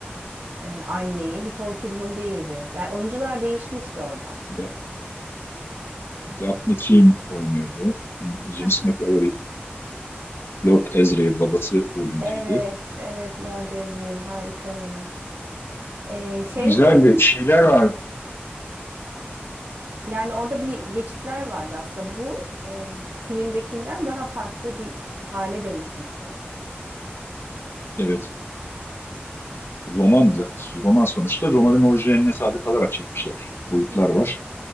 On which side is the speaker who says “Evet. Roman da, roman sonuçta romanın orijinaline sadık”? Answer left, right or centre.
Left